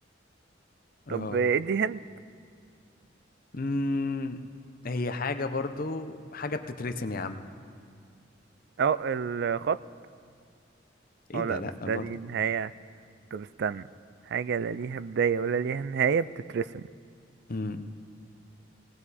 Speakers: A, on the left (about 50°); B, on the right (about 55°).
A: <laughs> اه
B: طب ادي هنا
A: امم هي حاجة برضو حاجة بتترسم يا عم
B: اه الخط
A: ايه
B: اه
A: ده
B: لا
A: لا
B: بس ده
A: برضو
B: ليه نهاية طب استنى حاجة لا ليها بداية ولا ليها نهاية بتترسم
A: امم